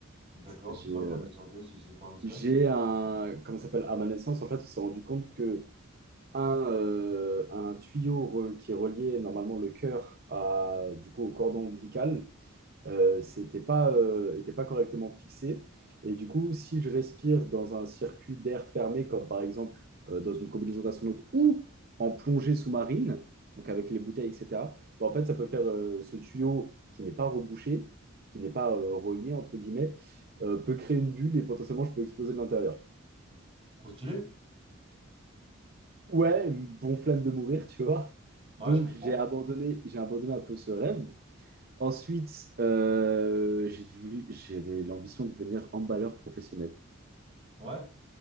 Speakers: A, on the right; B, on the right.
A: d'accord,
B: J'ai
A: c'est quoi
B: euh,
A: le problème de santé si c'est pas indiscret?
B: j'ai un, comment ça s'appelle, à ma naissance, en fait, on s'est rendu compte que un, euh, un tuyau re- qui reliait normalement le cœur à, du coup, au cordon ombilical euh, c'était pas, euh, était pas correctement fixé. Et du coup, si je respire dans un circuit d'air fermé, comme par exemple euh, dans une combinaison d'astronaute ou en plongée sous-marine, donc avec les bouteilles, etc., bah, en fait, ça peut faire euh, ce tuyau qui n'est pas rebouché, qui n'est pas euh, relié, entre guillemets, euh, peut créer une bulle et potentiellement je peux exploser de l'intérieur.
A: Trop stylé?
B: Ouais, bon flamme de mourir, tu vois.
A: Ouais,
B: Donc
A: je comprends.
B: j'ai abandonné, j'ai abandonné un peu ce rêve. Ensuite, euh, j'ai voulu, j'avais l'ambition de devenir emballeur professionnel.
A: Ouais,